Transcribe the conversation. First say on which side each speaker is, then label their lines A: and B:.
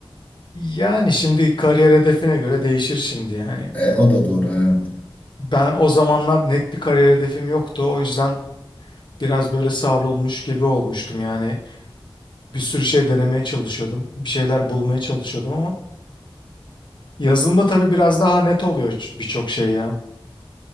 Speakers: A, on the left (about 55°); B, on the left (about 15°).
A: yani şimdi kariyer hedefine göre değişir şimdi yani.
B: E, o da doğru. Evet.
A: Ben o zamanlar net bir kariyer hedefim yoktu. O yüzden Biraz böyle savrulmuş gibi olmuştum yani. Bir sürü şey denemeye çalışıyordum. Bir şeyler bulmaya çalışıyordum ama yazılımda tabii biraz daha net oluyor ç- birçok şey ya.